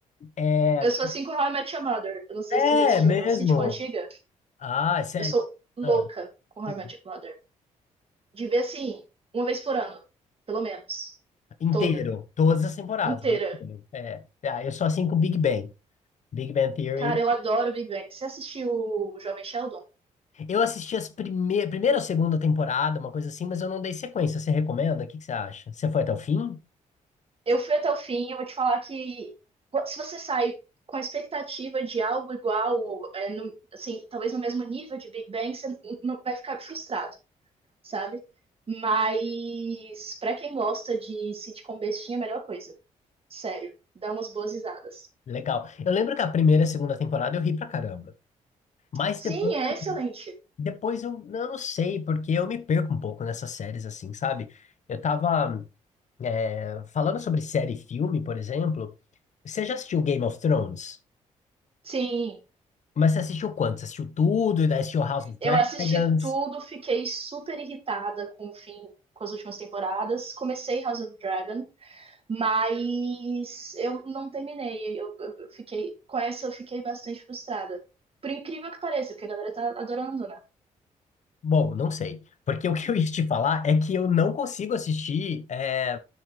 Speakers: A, on the left; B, on the right.
A: É,
B: Eu sou assim com How I Met Your Mother. Eu não sei
A: é
B: se tu já assistiu
A: mesmo.
B: aquela sitcom antiga.
A: Ah, é sério?
B: Eu sou louca
A: Ah,
B: com How
A: hum.
B: I Met Your Mother. de ver assim, uma vez por ano, pelo menos.
A: inteiro.
B: Toda,
A: Todas as temporadas.
B: inteira.
A: é inteiro. É. Ah, eu sou assim com Big Bang. Big Bang Theory.
B: Cara, eu adoro Big Bang. Você assistiu o Jovem Sheldon?
A: Eu assisti as prime... primeira ou segunda temporada, uma coisa assim, mas eu não dei sequência. Você recomenda? O que que você acha? Você foi até o fim?
B: Eu fui até o fim, eu vou te falar que pô, se você sai com a expectativa de algo igual, é, no- assim, talvez no mesmo nível de Big Bang, você n- não vai ficar frustrado, sabe? Mas pra quem gosta de sitcom bestinha, é a melhor coisa. Sério, dá umas boas risadas.
A: Legal. Eu lembro que a primeira e a segunda temporada eu ri pra caramba. Mas
B: Sim,
A: depois,
B: é excelente.
A: depois eu, eu não sei, porque eu me perco um pouco nessas séries, assim, sabe? Eu tava, é, falando sobre série e filme, por exemplo. Você já assistiu Game of Thrones?
B: Sim,
A: Mas você assistiu quanto? Você assistiu tudo e daí assistiu House of
B: Eu assisti
A: Dragons?
B: tudo, fiquei super irritada com o fim, com as últimas temporadas. Comecei House of Dragon, mas eu não terminei. Eu, eu fiquei com essa, eu fiquei bastante frustrada. Por incrível que pareça, porque a galera tá adorando, né?
A: Bom, não sei. Porque o que eu ia te falar é que eu não consigo assistir eh,